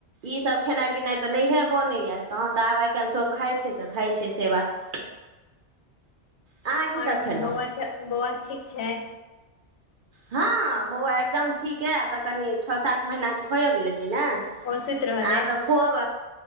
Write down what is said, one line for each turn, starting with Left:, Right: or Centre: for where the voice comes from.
Right: ईसभ खेनाइ पिनाइ तऽ नहिए बनैए तहन तऽ आब आइ काल्हि सभ खाइत छै तऽ खाइत छै से बात <inaudible> अहाँ की सब
Left: आओर
Right: खेलहुँ
Left: बौआ बौआ ठीक छै
Right: हँ बौआ एकदम ठीक है आब तऽ कनि छओ सात महीना केे भइयो गेलै ने
Left: ओ सुति रहल
Right: आर
Left: अइ
Right: तऽ खुअब